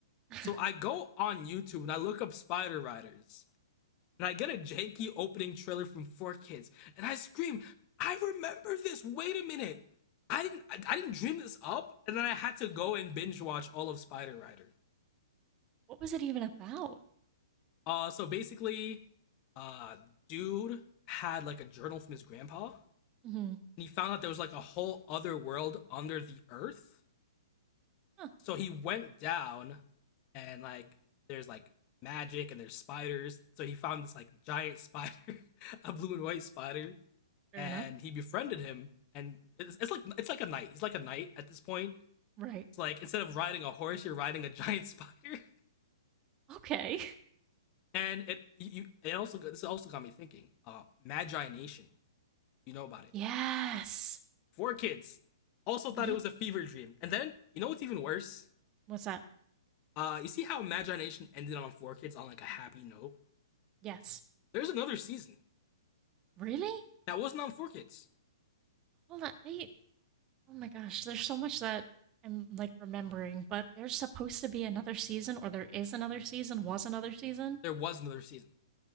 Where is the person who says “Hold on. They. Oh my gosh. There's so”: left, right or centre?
Right